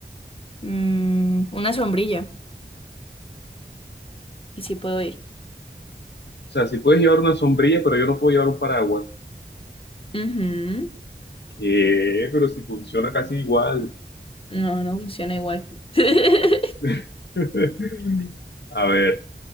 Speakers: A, on the left; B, on the left.
A: mm, una sombrilla. ¿Y si puedo ir?
B: O sea, si puedes llevar una sombrilla, pero yo no puedo llevar un paraguas.
A: Ujú.
B: ¿Qué? Pero si funciona casi igual.
A: No, no funciona igual. <laughs>
B: <laughs> A ver,